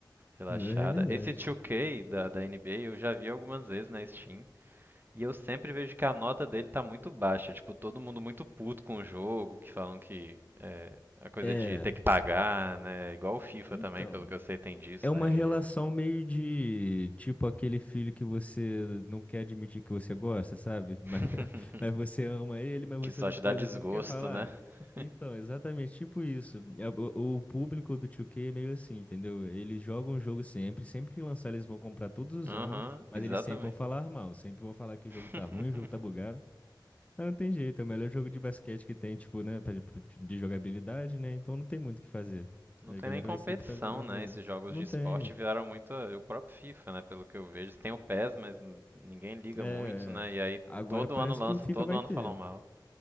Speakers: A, on the right; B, on the left.
A: relaxada.
B: Não, é verdade.
A: Esse 2K da, da NBA eu já vi algumas vezes na Steam. E eu sempre vejo que a nota dele tá muito baixa. Tipo, todo mundo muito puto com o jogo, que falam que é a coisa
B: É.
A: de ter que pagar, né? Igual o FIFA
B: Então.
A: também, pelo que eu sei, tem disso,
B: É uma
A: né? De...
B: relação meio de tipo aquele filho que você não quer admitir que você gosta, sabe? Mas,
A: <laughs>
B: <laughs> mas você ama ele, mas você
A: que só
B: não
A: te
B: pode,
A: dá desgosto,
B: você não quer falar.
A: né? <laughs>
B: Então, exatamente tipo isso. É, O, o público do 2K é meio assim, entendeu? Eles jogam o jogo sempre, sempre que lançar eles vão comprar todos os
A: Aham,
B: anos, mas
A: exatamente.
B: eles sempre vão falar mal, sempre vão falar que o
A: <laughs>
B: jogo tá ruim, o jogo tá bugado. Mas não tem jeito, é o melhor jogo de basquete que tem, tipo, né, pra- de jogabilidade, né? Então não tem muito o que fazer.
A: Não
B: A
A: tem
B: galera
A: nem competição,
B: vai sempre estar
A: né?
B: nele.
A: Esses jogos
B: Não
A: de esporte
B: tem.
A: viraram muito a- o próprio FIFA, né? Pelo que eu vejo. Tem o PES, mas n- ninguém liga
B: É,
A: muito, né? E aí
B: agora
A: todo
B: parece
A: ano lança,
B: que o FIFA
A: todo
B: vai
A: ano
B: ter.
A: falam mal.